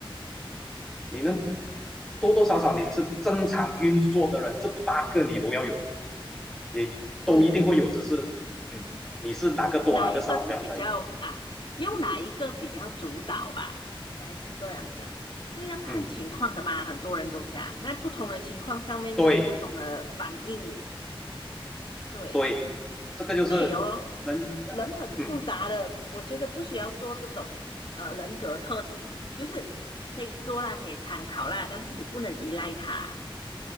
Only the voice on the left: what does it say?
是。
哪一个是比较啊？用哪一个比较主导吧？应该是这样讲，是要看情况的嘛。
很多人都讲，在不同的情况上面用不同的反应，
对，
所以哦，人很复杂的，
我觉得不需要做这种呃人格特质，就是可以做啦，可以参考啦，但是你不能依赖它。